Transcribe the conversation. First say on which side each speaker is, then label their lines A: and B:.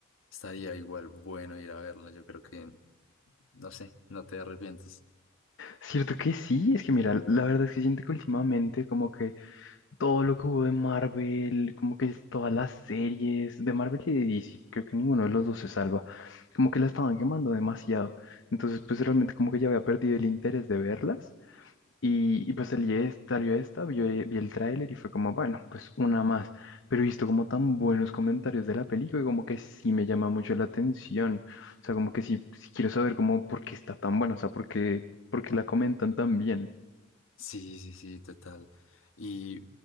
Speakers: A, on the left (about 75°); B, on the left (about 60°).
A: estaría igual bueno ir a verla, yo creo que, no sé, no te arrepientes.
B: Cierto que sí, es que mira, la verdad es que siento que últimamente como que todo lo que hubo de Marvel, como que es todas las series de Marvel y de DC, creo que ninguno de los dos se salva, como que la estaban quemando demasiado. Entonces, pues realmente como que ya había perdido el interés de verlas. Y, y pues salí es- salió esta, vio- vi, el tráiler y fue como, bueno, pues una más. Pero he visto como tan buenos comentarios de la película y como que sí me llama mucho la atención. O sea, como que sí, sí quiero saber como por qué está tan buena, o sea, por qué, por qué la comentan tan bien.
A: Sí, sí, sí, total. Y